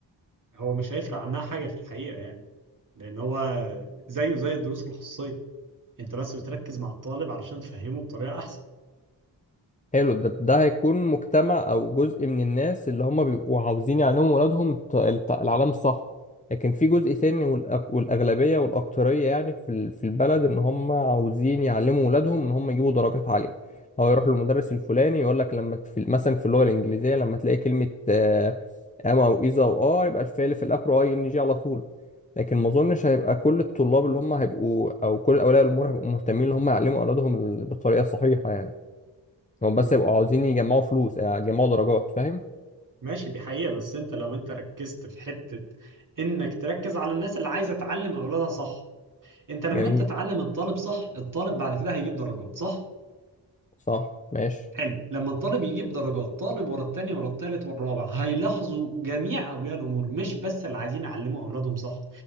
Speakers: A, on the right (about 40°); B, on the left (about 15°).
A: هو مش هيفرق عنها حاجه في الحقيقه يعني لان هو زيه زي الدروس الخصوصيه انت بس بتركز مع الطالب علشان تفهمه بطريقة احسن
B: حلو ده ده هيكون مجتمع او جزء من الناس اللي هم بيبقوا عاوزين يعلموا ولادهم الت- الت- العلام صح لكن في جزء ثاني والأك- والاغلبيه والاكتريه يعني في ال- في البلد ان هم عاوزين يعلموا ولادهم ان هم يجيبوا درجات عاليه هو يروح للمدرس الفلاني يقول لك لما في مثلا في اللغه الانجليزيه لما تلاقي كلمه آه، ام او اذا او اه يبقى الفعل في الاخر اي ان جي على طول لكن ما اظنش هيبقى كل الطلاب اللي هم هيبقوا او كل اولياء الامور هيبقوا مهتمين ان هم يعلموا اولادهم ال- بالطريقه الصحيحه يعني هم
A: مم.
B: بس يبقوا عاوزين يجمعوا فلوس آه، يجمعوا درجات فاهم
A: ماشي دي حقيقة بس انت لو انت ركزت في حتة انك تركز على الناس اللي عايزة تعلم اولادها صح انت لما
B: جميل
A: انت تعلم الطالب صح الطالب بعد كده هيجيب درجات صح
B: صح ماشي
A: حلو لما الطالب يجيب درجات طالب ورا التاني ورا التالت والرابع هيلاحظوا جميع اولياء الامور مش بس اللي عايزين يعلموا اولادهم صح